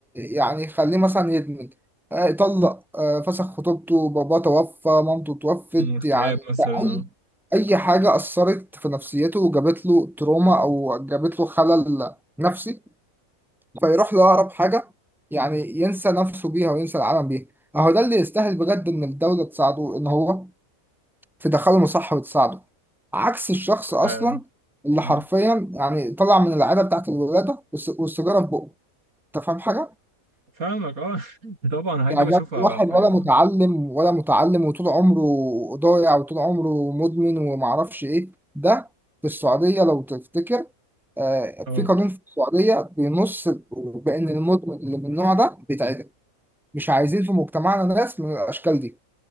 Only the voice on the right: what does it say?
مم، اكتئاب
مثلا
أه
فعلا.
فاهمك اه <laughs> طبعا الحاجات
دي بشوفها
حرفيا
اه